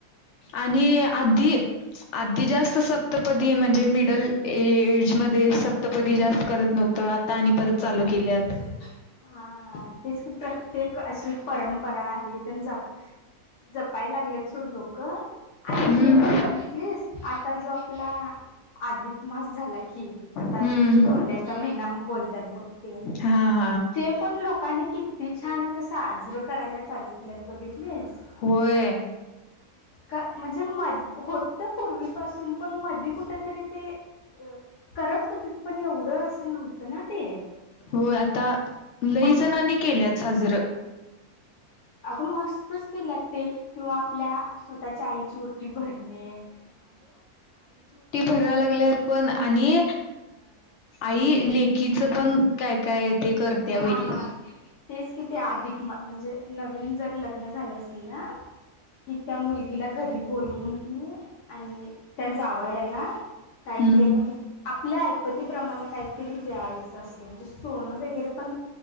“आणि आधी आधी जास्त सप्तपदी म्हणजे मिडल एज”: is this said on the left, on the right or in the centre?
Left